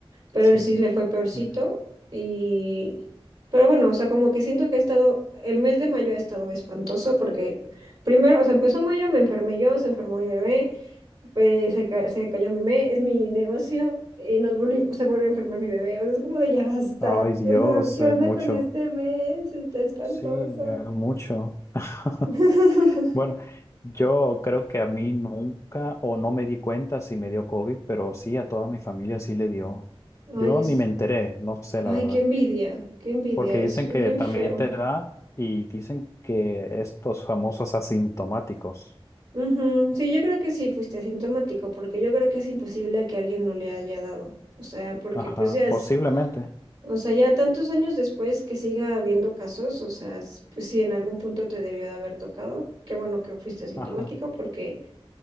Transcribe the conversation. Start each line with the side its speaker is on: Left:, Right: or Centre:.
Right: pero
Left: sí.
Right: él sí le fue peorcito
Left: Bueno.
Right: y, pero bueno, o sea, como que siento que ha estado, el mes de mayo ha estado espantoso porque primero, o sea, empezó mayo, me enfermé yo, se enfermó mi bebé pues se, ca- se cayó mi, me- es mi negocio y nos volvi- se volvió a enfermar mi bebé. O sea, es como de ya basta.
Left: Ay, Dios,
Right: ¿Qué, se- qué
Left: es
Right: onda
Left: mucho.
Right: con este mes? Está espantoso.
Left: Sí, eh, mucho. <laughs>
Right: <laughs>
Left: Bueno, yo creo que a mí nunca o no me di cuenta si me dio COVID, pero sí a toda mi familia sí le dio.
Right: Ay,
Left: Yo
Right: es,
Left: ni me enteré, no sé la
Right: ay,
Left: verdad,
Right: qué envidia, qué envidia,
Left: porque
Right: es
Left: dicen
Right: bien
Left: que también
Right: feo.
Left: te da y dicen que estos famosos asintomáticos.
Right: Ujú, Sí, yo creo que sí fuiste asintomático, porque yo creo que es imposible que alguien no le haya dado. O sea, porque
Left: Ajá,
Right: pues ya es,
Left: posiblemente.
Right: o sea, ya tantos años después que siga habiendo casos, o sea, es- pues sí, en algún punto te debió de haber tocado. Qué bueno que fuiste asintomático,
Left: Ajá.
Right: porque